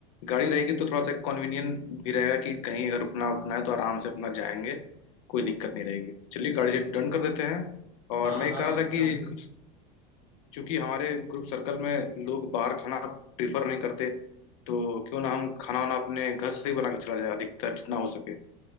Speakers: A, on the left; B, on the right.
A: गाड़ी रहेगी तो थोड़ा सा कन्वीनियंट भी रहेगा कि कहीं अगर रुकना उकना है तो आराम से अपना जाएंगे कोई दिक्कत नहीं रहेगी चलिए गाड़ी से डन कर देते हैं और
B: हाँ
A: मैं ये
B: हाँ
A: कह रहा
B: एकदम
A: था कि चूंकि हमारे ग्रुप सर्कल में लोग बाहर खाना प्रीफर नहीं करते तो क्यों ना हम खाना वाना अपने घर से ही बना के चला जाए अधिकतर जितना हो सके